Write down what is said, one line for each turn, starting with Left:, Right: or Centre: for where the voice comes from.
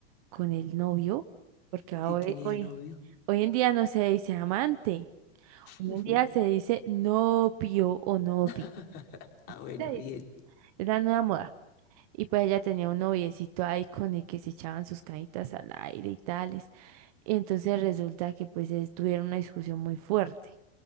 Right: con el novio, porque hoy,
Left: sí tenía
Right: hoy,
Left: novio.
Right: hoy en día no se dice amante, hoy
Left: Ujú.
Right: en día se dice novio o novia.
Left: <laughs> Ah, bueno,
Right: ¿Sí se dice?
Left: bien.
Right: Es la nueva moda. Y pues ella tenía un noviecito ahí con el que se echaban sus canitas al aire y tales. Y entonces resulta que pues es- tuvieron una discusión muy fuerte.